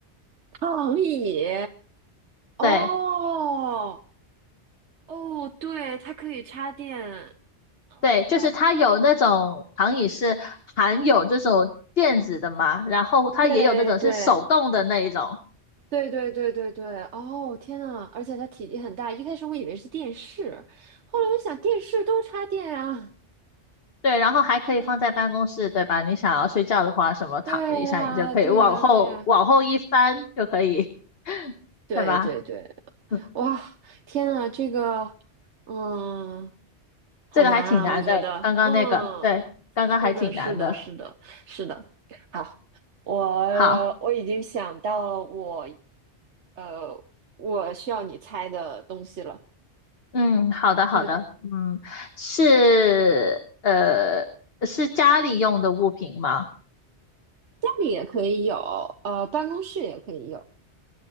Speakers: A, on the right; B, on the left.
A: 躺椅。哦
B: 对
A: 哦，对，它可以插电。哦，
B: 对，就是它有那种躺椅是含有这种垫子的嘛，然后它也有那种是手动的那一种。
A: 对对，对对对对对，哦天呐，而且它体积很大，一开始我以为是电视，后来我想电视都插电啊。
B: 对，然后还可以放在办公室，
A: <laughs>
B: 对吧？你想要睡觉的话，什么躺着一下，
A: 对呀，
B: 你就可以往后往后一翻就可以，
A: 对呀，对呀，
B: <laughs>
A: 对对对，
B: 对吧？嗯，
A: 哇，天呐，这个，嗯，好难啊，
B: 这个还挺难的，
A: 我觉得，
B: 刚刚那个，
A: 嗯，
B: 对，刚刚还挺难的。
A: 是的，是的，是的，是的，好，我我已经想到了我，
B: 好，
A: 呃，我需要你猜的东西了，
B: 嗯，好的，好的，
A: 嗯。
B: 嗯，是呃是家里用的物品吗？
A: 家里也可以有，呃，办公室也可以有。